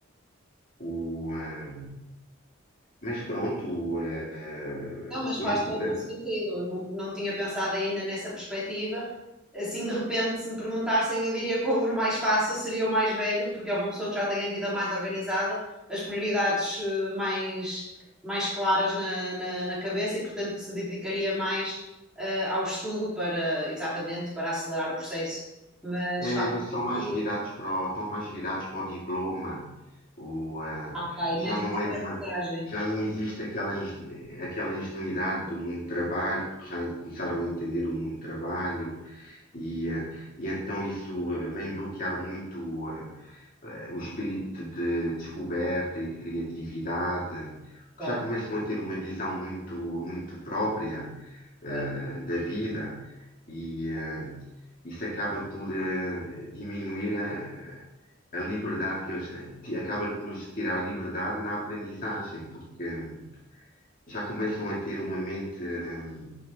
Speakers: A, on the left; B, in the centre.
A: O, eh, mas pronto, eh,
B: Não, mas
A: do-
B: faz todo
A: durante,
B: o sentido. Não, não tinha pensado ainda nessa perspectiva. Assim, de repente, se me perguntassem, eu diria que o aluno mais fácil seria o mais velho, porque é uma pessoa que já tem a vida mais organizada, as prioridades eh, mais, mais claras na, na, na cabeça e, portanto, que se dedicaria mais eh, ao estudo para, exatamente, para acelerar o processo. Mas
A: É,
B: faz
A: mas são
B: sentido.
A: mais virados para o, estão mais virados para o diploma. O, ah,
B: Ok,
A: já
B: menos
A: não
B: para
A: é de
B: a
A: uma,
B: aprendizagem.
A: já não existe aquela, ingenu- aquela ingenuidade do mundo do trabalho, porque já en- começaram a entender o mundo do trabalho e, ah, e então isso ah, vem bloquear muito ah, ah, o espírito de descoberta e de criatividade,
B: Claro,
A: que já começam a ter uma visão muito, muito própria eh,
B: certo.
A: da vida e eh, isso acaba por eh, diminuir a, a liberdade que eles ti- acaba por lhes tirar liberdade na aprendizagem, porque hum, já começam a ter uma mente hum,